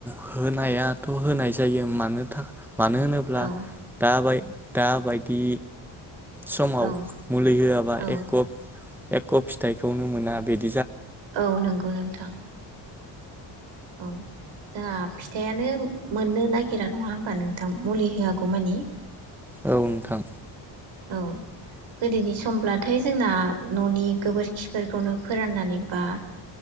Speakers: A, in the centre; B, on the right (about 75°).
A: होनायाथ' होनाय जायो मानोथा मानो होनोब्ला
B: औ
A: दाबाय दा बायदि समाव
B: औ
A: मुलि होआबा
B: औ
A: एक कप एख' फिथाइखौनो मोना बिदि
B: औ नंगौ नोंथां। औ जोंहा फिथाइयानो मोननो नागिरा नङा होमबा नों थां मुलि होआग' मानि
A: औ नोंथां
B: औ गोदोनि समब्लाथाय जोंना न'नि गोबोरखिफोरखौनो फोराननानै बा